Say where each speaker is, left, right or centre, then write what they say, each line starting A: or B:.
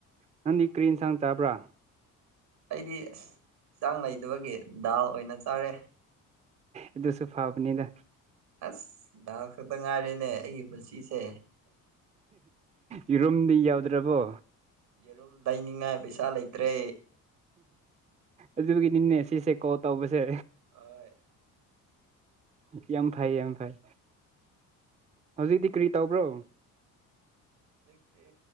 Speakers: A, on the right (about 20°); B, on the right (about 85°).
A: ꯅꯪꯗꯤ
B: ꯑꯣ
A: ꯀ꯭ꯔꯤ ꯏꯟꯁꯥꯡ ꯆꯥꯕ꯭ꯔꯥ
B: ꯑꯩꯗꯤ ꯏꯟꯁꯥꯡ ꯂꯩꯗꯕꯒꯤ ꯗꯥꯜ ꯑꯣꯏꯅ ꯆꯥꯔꯦ
A: ꯑꯗꯨꯁꯨ ꯐꯥꯕꯅꯤꯗ
B: ꯑꯁ ꯗꯥꯜ ꯈꯛꯇ ꯉꯥꯏꯔꯦꯅꯦ ꯑꯩꯒꯤ ꯄꯨꯟꯁꯤꯁꯦ
A: ꯌꯦꯔꯨꯝꯗꯤ ꯌꯥꯎꯗ꯭ꯔꯕꯣ
B: ꯌꯦꯔꯨꯝ ꯂꯩꯅꯤꯡꯉꯥꯏ ꯄꯩꯁꯥ ꯂꯩꯇ꯭ꯔꯦ
A: ꯑꯗꯨꯒꯤꯅꯤꯅꯦ ꯁꯤꯁꯦ ꯀꯣꯜ ꯇꯧꯕꯁꯦ
B: ꯍꯣꯏ
A: ꯌꯥꯝ ꯐꯩ ꯌꯥꯝ ꯐꯩ ꯍꯧꯖꯤꯛꯇꯤ ꯀꯔꯤ ꯇꯧꯕ꯭ꯔꯣ
B: ꯍꯧꯖꯤꯛꯇꯤ